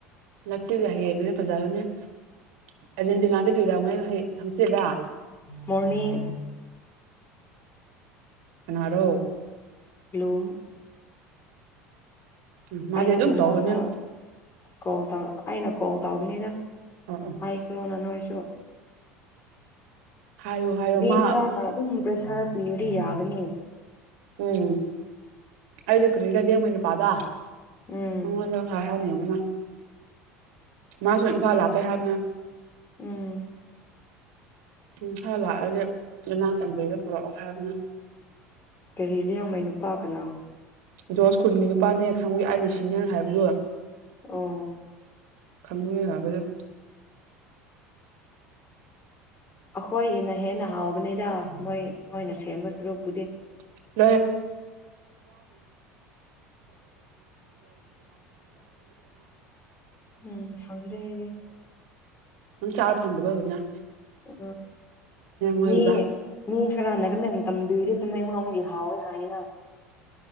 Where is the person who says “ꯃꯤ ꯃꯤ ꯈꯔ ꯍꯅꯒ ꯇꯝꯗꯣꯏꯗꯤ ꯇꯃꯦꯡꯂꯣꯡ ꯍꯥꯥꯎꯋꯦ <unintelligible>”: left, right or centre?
Left